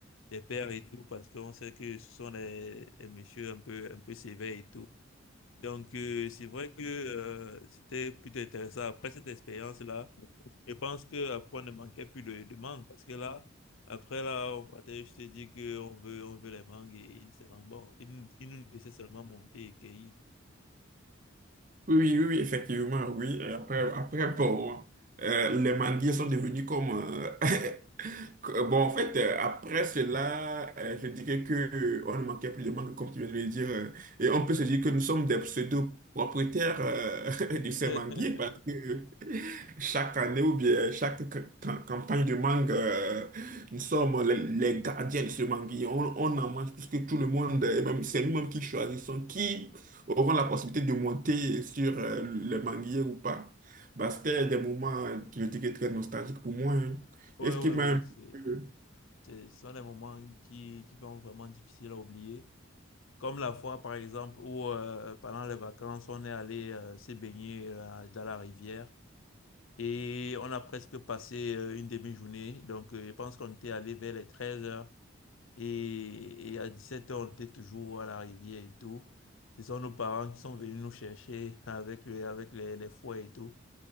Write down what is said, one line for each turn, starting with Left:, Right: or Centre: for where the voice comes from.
Left: des pères et tout, parce qu'on sait que ce sont des, des messieurs un peu, un peu sévères et tout. Donc, euh, c'est vrai que euh, c'était plutôt intéressant. Après cette expérience-là, je pense que après, on ne manquait plus de, de mangue parce que là, après là, on partait, je te dis qu'on veut, on veut les mangues et ils se manquent. Bon, ils, nous- ils nous laissaient seulement monter et cueillir.
Right: Oui, oui, oui, effectivement, oui. Et après, après, bon, euh, les manguiers sont devenus comme... euh, <laughs> que- bon, en fait, euh, après cela, euh, je dirais que euh, on ne manquait plus de mangue, comme tu viens de le dire. euh, et on peut se dire que nous sommes des pseudo-propriétaires euh, <laughs> de
Left: <laughs>
Right: ces manguiers parce que <laughs> chaque année ou bien chaque ca- ca- campagne de mangue, euh, nous sommes les, les gardiens de ce manguier. On, on en mange plus que tout le monde. Et même, c'est nous-mêmes qui choisissons qui auront la possibilité de monter sur euh, le manguier ou pas. Bah, c'était des moments qui je dirais très nostalgiques pour moi. hein.
Left: Ouais,
Right: Et ce
Left: ouais,
Right: qui m'a
Left: ouais,
Right: un
Left: c'est,
Right: peu-
Left: c'est- ce sont des moments qui, qui sont vraiment difficiles à oublier. Comme la fois, par exemple, où euh, pendant les vacances, on est allé euh, se baigner euh, dans la rivière et on a presque passé euh, une demi-journée. Donc, euh, je pense qu'on était allé vers les 13 heures. Et, et à dix-sept h on était toujours à la rivière et tout. Ce sont nos parents qui sont venus nous chercher <laughs> avec, le- avec les, les fouets et tout.